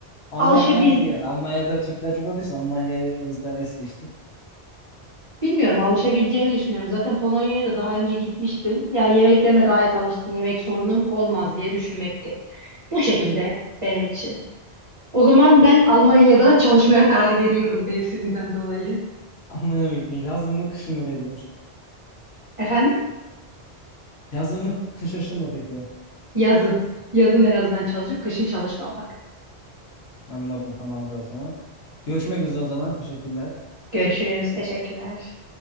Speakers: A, on the left; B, on the right.
A: Almanya
B: alışabil
A: değil. yani Almanya'da Türkler çok olduğu için Almanya'yı o yüzden es geçtim.
B: bilmiyorum alışabileceğimi düşünüyorum. Zaten Polonya'ya da daha önce gitmiştim. Ya yemeklerine gayet alıştım. Yemek sorunum olmaz diye düşünmekteyim. Bu şekilde benim için. O zaman ben Almanya'da çalışmaya karar veriyorum mevsiminden dolayı.
A: Almanya'ya mı gittin? Yazın mı kışın mı peki?
B: Efendim?
A: Yazın mı kış aşı mı peki?
B: Yazın. Yazın en azından çalışıp kışın çalışmamak.
A: Anladım tamamdır o zaman. Görüşmek üzere o zaman. Teşekkürler.
B: Görüşürüz. Teşekkürler.